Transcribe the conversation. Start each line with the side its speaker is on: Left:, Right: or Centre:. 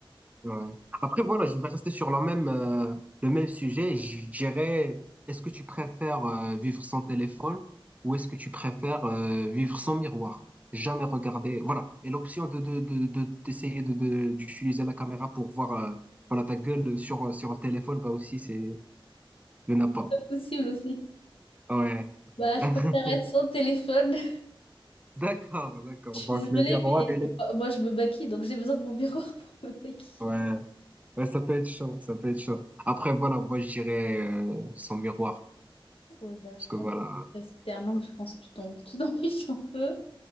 Right: Ouais. Après, voilà, je vais rester sur la même, euh, le même sujet. Je dirais, est-ce que tu préfères euh, vivre sans téléphone ou est-ce que tu préfères euh, vivre sans miroir? Jamais regarder. Voilà. Et l'option de, de, de, de- d'essayer de, de- d'utiliser la caméra pour voir euh, voilà, ta gueule sur, euh, sur un téléphone, bah aussi, c'est, il n'y en a pas.
Left: Pas possible aussi.
Right: Ouais.
Left: Bah,
Right: <laughs>
Left: je préfère être sans téléphone. <laughs>
Right: D'accord, d'accord.
Left: Je suis
Right: Donc,
Left: désolée,
Right: le miroir,
Left: mais
Right: il est...
Left: moi, je me maquille, donc j'ai besoin de mon miroir <laughs> pour me maquiller.
Right: Ouais. Ouais, ça peut être chaud, ça peut être chaud. Après, voilà, moi, je dirais euh, sans miroir.
Left: Ouais, bah, je
Right: Parce que
Left: pense
Right: voilà,
Left: que c'était un an je pense que tu t'en, tu t'en <laughs> fiches un peu.